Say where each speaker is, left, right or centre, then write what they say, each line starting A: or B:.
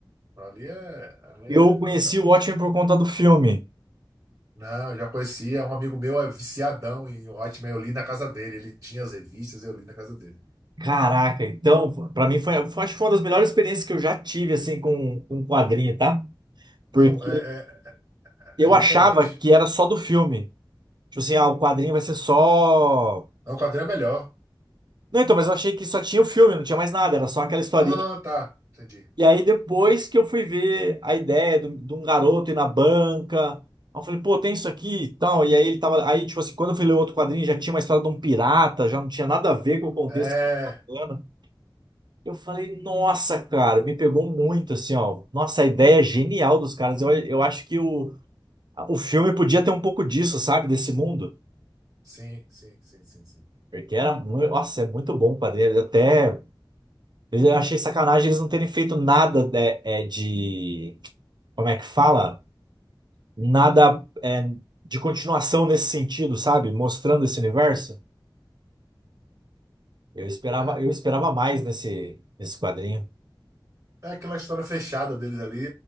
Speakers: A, on the right (about 40°); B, on the right (about 60°).
A: Ali é, ali
B: Eu
A: é
B: conheci
A: outra,
B: o Watchmen por conta do filme.
A: Não, eu já conhecia. Um amigo meu é viciadão em Hotmail. Eu li na casa dele. Ele tinha as revistas, eu li na casa dele.
B: Caraca, então, pra mim foi, foi- acho que foi uma das melhores experiências que eu já tive, assim, com, com quadrinho, tá?
A: Não,
B: Porque
A: é, é,
B: eu
A: é- é diferente.
B: achava que era só do filme. Tipo assim, ah, o quadrinho vai ser só.
A: Não, o quadrinho é melhor.
B: Não, então, mas eu achei que só tinha o filme, não tinha mais nada, era só aquela historinha.
A: Ah, tá. Entendi.
B: E aí depois que eu fui ver a ideia do- de um garoto ir na banca, aí eu falei, pô, tem isso aqui e tal. E aí ele tava. Aí, tipo assim, quando eu fui ler outro quadrinho, já tinha uma história de um pirata, já não tinha nada a ver com o contexto
A: É.
B: que eu tava lendo. Eu falei, nossa, cara, me pegou muito, assim, ó. Nossa, a ideia é genial dos caras. Eu, eu acho que o, o filme podia ter um pouco disso, sabe? Desse mundo.
A: Sim, sim, sim, sim, sim.
B: Porque era muito. Nossa, é muito bom o quadrinho. Até. Eu achei sacanagem eles não terem feito nada de, é, de- como é que fala? Nada é, de continuação nesse sentido, sabe? Mostrando esse universo. Eu esperava,
A: É,
B: eu esperava mais nesse, nesse quadrinho.
A: é aquela história fechada deles ali